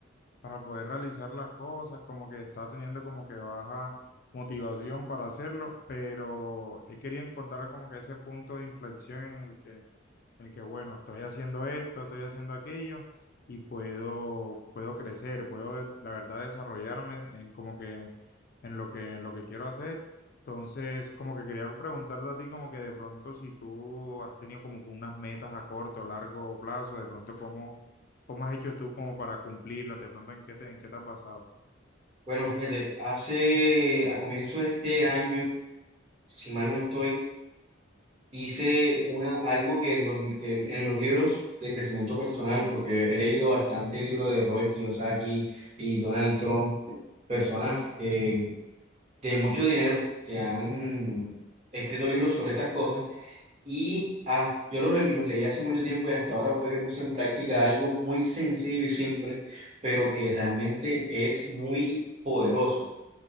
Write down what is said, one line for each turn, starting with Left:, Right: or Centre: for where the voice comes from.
Left: para poder realizar las cosas, como que está teniendo como que baja motivación para hacerlo, pero he querido encontrar como que ese punto de inflexión en el que, en el que bueno, estoy haciendo esto, estoy haciendo aquello y puedo, puedo crecer, puedo de- la verdad desarrollarme en como que en lo que, en lo que quiero hacer. Entonces, como que quería preguntarte a ti como que de pronto si tú has tenido como que unas metas a corto o largo plazo, de pronto cómo ¿Cómo has hecho tú como para cumplirlas? ¿De pronto en qué te, en qué te has basado?
Right: Bueno, fíjate, hace a comienzo de este año, si mal no estoy, hice una, algo que, en los, que en en los libros de crecimiento personal, porque he leído bastante libros de Robert Kiyosaki y Donald Trump, personas que- de mucho dinero que han escrito libros sobre esas cosas, y has- yo los, los leí hace mucho tiempo y hasta ahora fue que puse en práctica algo muy sencillo y simple, pero que realmente es muy poderoso.